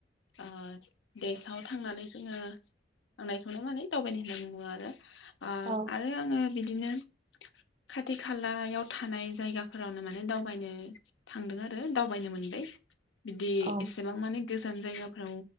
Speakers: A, on the left; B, on the right.
A: ओ देशआव थांनानै जोंओ थांनायखौनो माने दावबायनाय होननाय बुङो आरो ओ
B: औ
A: आरो आङो बिदिनो
B: <inaudible>
A: खाथि खालायाव थानाय जायगाफोरावनो माने दावबायनो थांदों आरो दावबायनो मोनबाय बिदि
B: औ
A: एसेबां माने गोजान जायगाफोराव